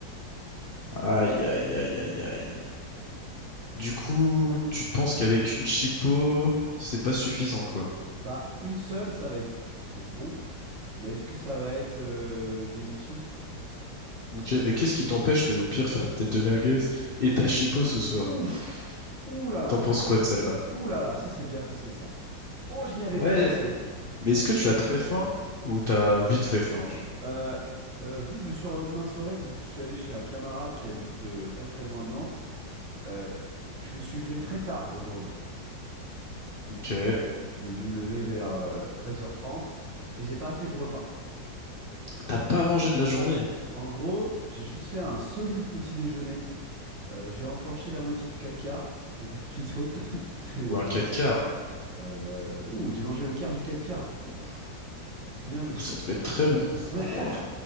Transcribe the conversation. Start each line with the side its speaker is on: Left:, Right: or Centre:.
Left: Aïe aïe aïe aïe aïe. Du coup, tu te penses qu'avec une chipot, c'est pas suffisant, quoi.
Right: Bah, une seule, ça va être, ça va être bon, mais est-ce que ça va être euh, délicieux?
Left: Ok, mais qu'est-ce qui t'empêche de, au pire, faire tes deux merguez et ta chipot ce soir?
Right: Ouf! Ouh là là!
Left: T'en penses quoi de celle-là?
Right: Ouh là là! Ça, c'est bien pensé, ça. Oh, je n'y avais
Left: Ouais,
Right: pas pensé.
Left: mais est-ce que tu as très faim ou t'as vite fait faim, genre?
Right: Euh, euh, vu que je suis en lendemain de soirée, vu que je suis allé chez un camarade qui habite euh, pas très loin de Nantes, euh, je me suis levé très tard aujourd'hui.
Left: Ok.
Right: J'ai dû me lever vers euh, 13h30 et j'ai pas fait de repas.
Left: T'as pas mangé de la journée?
Right: En gros, j'ai juste fait un solide petit déjeuner. Euh, j'ai enclenché la moitié du 4 quarts, je vais pas de mytho.
Left: Ouh.
Right: <laughs> C'est-
Left: Ou un 4 quarts?
Right: Euh, ouh, j'ai mangé le quart du 4 quarts. Ouf, bien vu.
Left: Ouh, ça devait être très bon.
Right: <laughs>
Left: Oh,